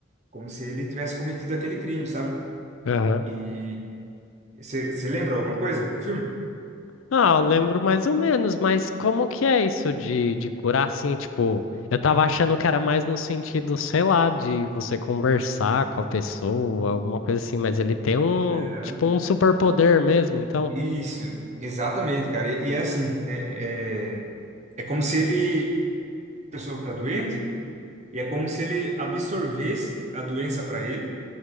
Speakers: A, on the right; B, on the left.
A: como se ele tivesse cometido aquele crime, sabe?
B: Aham.
A: E você lembra alguma coisa do filme?
B: Ah, eu lembro mais ou menos, mas como que é isso de, de curar assim, tipo, eu tava achando que era mais no sentido, sei lá, de você conversar com a pessoa, alguma coisa assim, mas ele tem um,
A: Não.
B: tipo, um superpoder mesmo, então.
A: Isso, exatamente, cara. E, e é assim, é, é, é como se ele, a pessoa que tá doente E é como se ele absorvesse a doença para ele